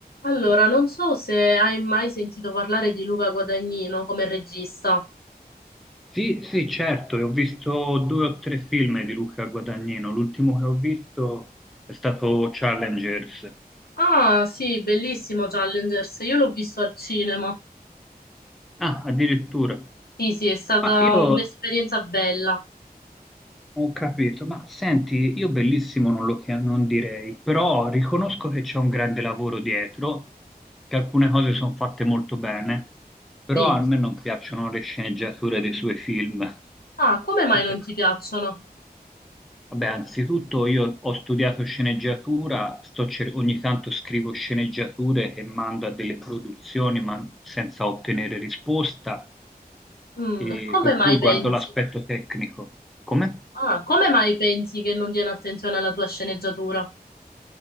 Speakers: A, on the left (about 70°); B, in the centre.
A: Allora, non so se hai mai sentito parlare di Luca Guadagnino come regista.
B: Sì, sì, certo, e ho visto due o tre film di Luca Guadagnino. L'ultimo che ho visto è stato Challengers.
A: Ah, sì, bellissimo Challengers, io l'ho visto al cinema.
B: Ah, addirittura.
A: Sì, sì, è stata
B: Ma io
A: un'esperienza bella.
B: ho capito, ma senti, io bellissimo non lo chia- non direi, però riconosco che c'è un grande lavoro dietro, che alcune cose sono fatte molto bene, però
A: Sì.
B: a me non piacciono le sceneggiature dei suoi film.
A: Ah, come mai
B: <laughs>
A: non ti piacciono?
B: Vabbè, anzitutto io ho studiato sceneggiatura, sto cer- ogni tanto scrivo sceneggiature e mando a delle produzioni ma senza ottenere risposta,
A: Mm,
B: e
A: e come
B: per
A: mai
B: cui
A: pensi?
B: guardo l'aspetto tecnico. Come?
A: Ah, come mai pensi che non diano attenzione alla tua sceneggiatura?